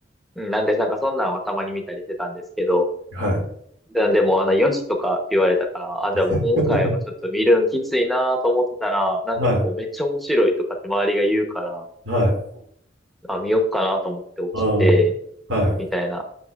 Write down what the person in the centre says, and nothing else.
うん、なんでなんかそんなんはたまに見たりしてたんですけど、
なんでもうあの4時とかって言われたから、あ、じゃあもう今回はちょっと見るんきついなと思ってたら、
なんかこうめっちゃ面白いとかって周りが言うから、
あ、見よっかなと思って起きて、
みたいな。